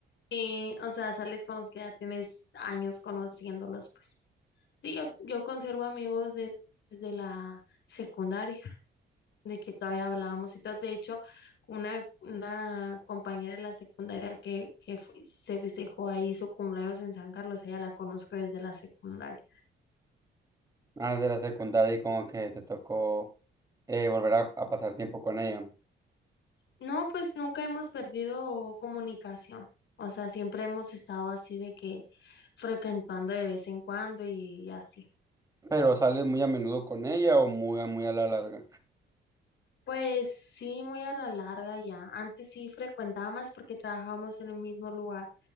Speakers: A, on the left; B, on the right.
A: Y, o sea, sales con los que ya tienes años conociéndolos, pues. Sí, yo, yo conservo amigos de- desde la secundaria, de que todavía hablábamos y todo. De hecho, una, una compañera de la secundaria que, que fue- se festejó ahí su cumpleaños en San Carlos, ella la conozco desde la secundaria.
B: Ah, de la secundaria y como que te tocó eh, volver a a pasar tiempo con ella.
A: No, pues nunca hemos perdido comunicación. O sea, siempre hemos estado así de que frecuentando de vez en cuando y así.
B: Pero sales muy a menudo con ella o muy, a- muy a la larga.
A: Pues sí, muy a la larga ya. Antes sí frecuentaba más porque trabajábamos en el mismo lugar